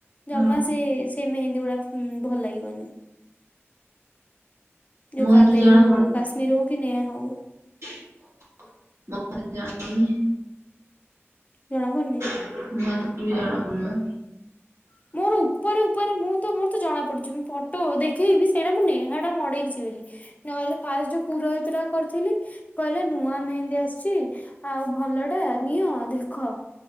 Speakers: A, on the right; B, on the left.
A: ହଁ
B: ଜମା ସେ ସେ ମେହେନ୍ଦୀ ଗୁଡା ଭଲ ଲାଗିବନି। ଯୋଉ
A: ମୋ
B: କାବେରୀ
A: ହାତରୁ ଜଣା
B: ହଉ କାଶ୍ମୀର ହଉ କି ନେହା ହଉ।
A: <unintelligible> ଜଣାପଡୁଛି।
B: ଜଣା ପଡୁନି?
A: ମୋ ହାତ ଟିକେ ବି ଜଣା ପଡୁନି ବା।
B: ମୋର ଉପରେ ଉପରେ ମୁଁ ତ ମୋର ତ ଜଣା ପଡୁଛି ମୁଁ ଫଟୋ ଦେଖେଇବି ସେଇଟା ମୁଁ ନେହା ମଡେଇଛି ବୋଲି ନ ହେଲେ ଫାଷ୍ଟ ଯୋଉ ପୁରୋହିତଟା କରିଥିଲି କହିଲେ ନୂଆ ମେହେନ୍ଦି ଆସିଚି ଆଉ ଭଲଟା ନିଅ ଦେଖ।